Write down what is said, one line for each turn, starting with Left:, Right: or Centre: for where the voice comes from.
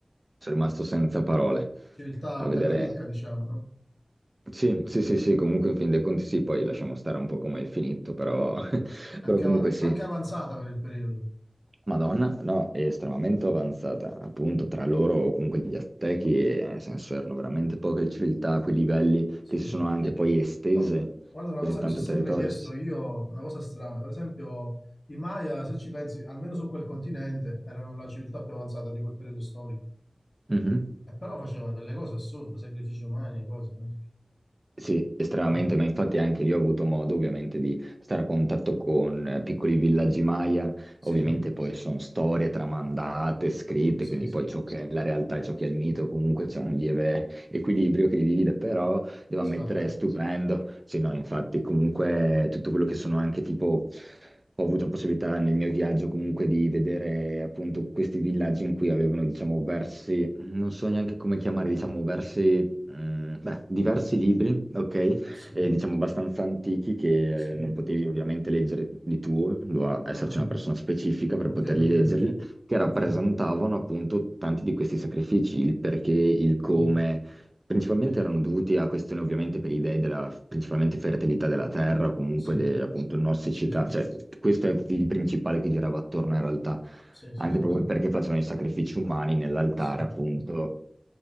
Right: sono rimasto senza parole
Left: Civiltà
Right: a vedere.
Left: bella ricca, diciamo, no?
Right: Sì, sì, sì, sì, comunque in fin dei conti sì, poi lasciamo stare un po' come è finito, però, <laughs>
Left: Anche,
Right: però comunque
Left: avan-
Right: sì,
Left: anche avanzata per il periodo.
Right: Madonna, no, è estremamente avanzata, appunto, tra loro o comunque gli Aztechi, eh, nel senso, erano veramente poche civiltà a quei livelli
Left: Sì.
Right: che si sono anche poi estese
Left: Però, guarda, una
Right: così
Left: cosa
Right: tanto
Left: mi sono sempre
Right: il Sì, sì, territorio.
Left: chiesto io, una cosa strana, per esempio i Maya, se ci pensi, almeno su quel continente, erano la civiltà più avanzata di quel periodo storico,
Right: sì.
Left: e però facevano delle cose assurde, sacrifici umani, e cose. eh.
Right: Sì, estremamente,
Left: Ah,
Right: ma infatti anche lì ho avuto modo ovviamente di stare a contatto con eh, piccoli villaggi Maya,
Left: sì,
Right: ovviamente poi sono storie tramandate, scritte,
Left: sì,
Right: quindi
Left: sì,
Right: poi ciò che è la realtà e ciò che è il mito, comunque c'è un lieve equilibrio che li divide, però devo
Left: sì,
Right: ammettere
Left: vabbè.
Right: è stupendo, sì no, infatti comunque tutto quello che sono anche tipo... Ho avuto la possibilità nel mio viaggio comunque di vedere appunto questi villaggi in cui avevano, diciamo, versi, non so neanche come chiamare, diciamo, versi Mm, beh, diversi libri, ok?
Left: Sì,
Right: Eh, diciamo abbastanza antichi che
Left: sì.
Right: eh, non potevi ovviamente leggere di tuo, doveva
Left: Mm,
Right: esserci una persona specifica per
Left: ok,
Right: poterli
Left: ok,
Right: leggerli,
Left: ok,
Right: che
Left: ok,
Right: rappresentavano appunto tanti di questi sacrifici, il perché, il come.
Left: mm,
Right: Principalmente
Left: ok,
Right: erano dovuti a questioni ovviamente per i dei della principalmente fertilità della terra o comunque
Left: sì,
Right: de- appunto nossicità,
Left: sì, sì, sì,
Right: cioè questo è il principale che girava attorno in realtà,
Left: sì, sì,
Right: anche
Left: sì,
Right: proprio perché facevano i sacrifici umani nell'altare
Left: sì, sì,
Right: appunto